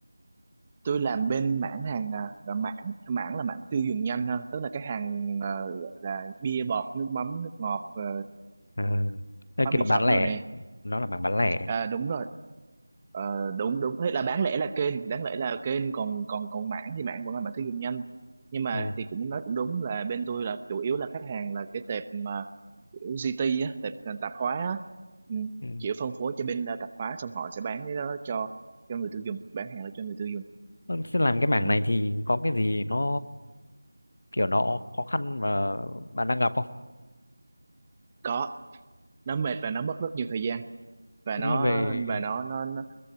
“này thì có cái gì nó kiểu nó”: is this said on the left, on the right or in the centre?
Left